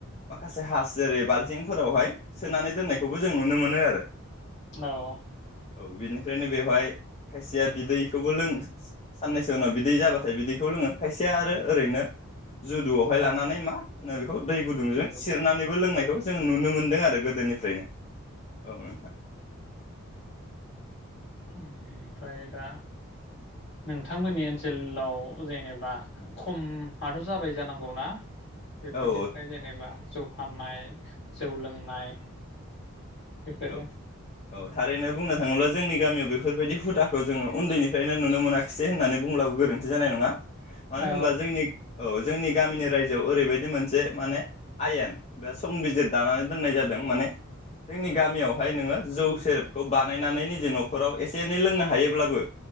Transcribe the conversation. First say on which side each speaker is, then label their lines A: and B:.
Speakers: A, on the left; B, on the left.
A: माखासे हास जेरै बालथिं फोरावहाय सोनानै दोननायखौबो जों नुनो मोनो आरो
B: औ
A: औ बिनिफ्रायनो बेवहाय खायसेया बिदैखौबो लोंङ साननैसो उनाव बिदै जाबाथाय बिदैखौ लोङो खायसेया आरो ओरैनो जुदुआवहाय लानानै
B: औ
A: मा होनो बेखौ दै गुदुंजों सिरनानैबो
B: लोङो
A: लोंनायखौ जों नुनो मोनदों आरो गोदोनिफ्रायनो औ
B: ओमफ्राय दा नोंथांमोननि ओनसोलाव जेनेबा खमाथ' जाबाय जानांगौ ना बेफोरनिफ्राय
A: औ
B: जेनेबा जौ फाननाय जौ लोंनाय बेफोरो
A: औ औ थारैनो बुंनो थाङोब्ला जोंनि गामियाव बे बेफोरबायदि हुदाखौ जोङो उन्दैनिफ्रायनो नुनो मोनाखिसै होननानै बुंब्लाबो गोरोन्थि जानाय नङा मानो
B: औ
A: होनब्ला जोंनि औ जोंनि गामिनि रायजोआव ओरैबायदि मोनसे माने आयेन बे संबिजिर दानानै दोननाय जादों माने जोंनि गामियावहाय नोङो जौ सेरेबखौ बानायनानै निजे न'खराव एसे एनै लोंनो हायोब्लाबो